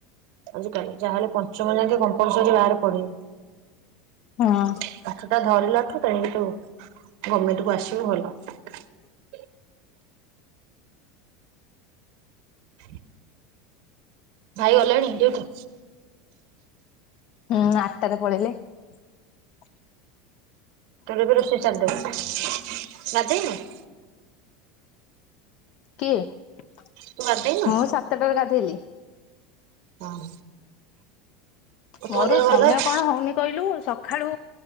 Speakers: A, on the right; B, on the left.
A: <inaudible> ଆଜି କାଲି ଯାହାହେଲେ ପଞ୍ଚମ ଯାକେ କମ୍ପଲ୍ସାରି ବାହାରେ ପଢେଇବି <inaudible>
B: ହଁ।
A: ପାଠଟା ଧରିଲାଠୁ କହିକି ତୁ ଗଭର୍ମେଣ୍ଟ କୁ ଆସିବୁ ଭଲ। <inaudible> <inaudible> ଭାଇ ଗଲେଣି ଡିୟଟି?
B: ହୁଁ ଆଟାରେ ପଳେଇଲେ। <inaudible>
A: ତୋର ଏବେ ରୋଷେଇ <unintelligible> ସାରି ଦେଇନୁ। <inaudible>
B: କିଏ <inaudible>
A: ତୁ ଗାଧେଇନୁ
B: ହଁ ସାତଟାରେ ଗାଧେଇଲି।
A: ହଁ। ତୋ ପୁଅ
B: ମୋର
A: ଦେହ
B: ସମୟ
A: ଭଲ ଅଛି
B: କଣ ହୋଉନି କହିଲୁ ସକାଳୁ